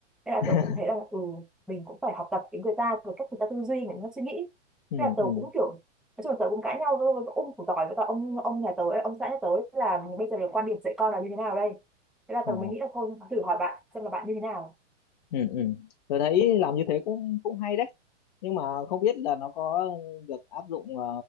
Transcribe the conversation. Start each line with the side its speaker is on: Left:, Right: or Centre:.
Centre: nên là
Left: <laughs>
Centre: tớ cũng thấy là ừ mình cũng phải học tập cái người ta về cách người ta tư duy người ta suy nghĩ
Left: ừ
Centre: Thế là tớ
Left: ừ
Centre: cũng kiểu nói chung là tớ cũng cãi nhau với với ông của tỏi với cả ông ông nhà tớ ấy, ông xã nhà tớ ấy, là bây giờ là quan điểm dạy con là như thế nào đây thế là
Left: ờ
Centre: tớ mới nghĩ là thôi thử hỏi bạn xem là bạn như thế nào
Left: ừ ừ tôi thấy làm như thế cũng cũng hay đấy nhưng mà không biết là nó có được áp dụng ờ,